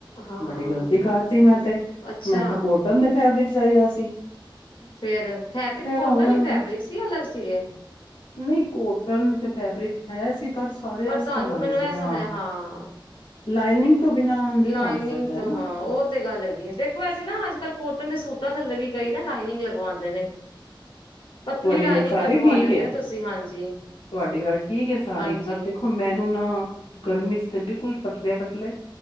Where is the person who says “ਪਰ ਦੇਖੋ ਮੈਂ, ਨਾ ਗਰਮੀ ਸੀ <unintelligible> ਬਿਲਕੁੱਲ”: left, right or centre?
Left